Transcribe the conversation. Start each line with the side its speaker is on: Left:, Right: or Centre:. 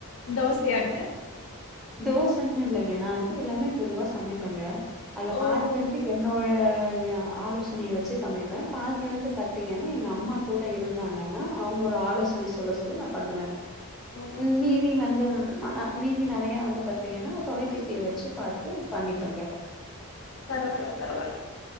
Left: தோசையாங்க
Centre: தோசன்னு இல்லங்க நா வந்து எல்லாமே பொதுவா சமைப்பெங்க அதுல
Left: ஓ
Centre: பாதி வந்து என்னோட எ ஆலோஸ் சனைய வச்சு சமைப்பே பாதிவந்து பத்தீங்கன்னா எங்க அம்மா கூட இருந்தாங்கன்னா அவுங்கோட ஆலோசனை சொல்ல சொல்ல நாப் பண்ணுவே
Left: ஓ
Centre: ம் மீதி வந்து ம நா மீதி நறைய வந்து பாத்தீங்கன்னா தொலைபேசிய வெச்சு பாத்து பண்ணிப்பங்க
Left: பரவால்ல பரவால்ல